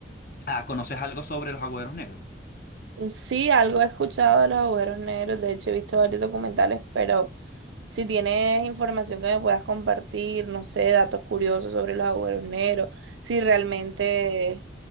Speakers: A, on the left (about 50°); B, on the right (about 90°).
A: Ah, ¿conoces algo sobre los agujeros negros?
B: Mm, Sí, algo he escuchado de los agujeros negros, de hecho he visto varios documentales, pero si tienes información que me puedas compartir, no sé, datos curiosos sobre los agujeros negros, si realmente,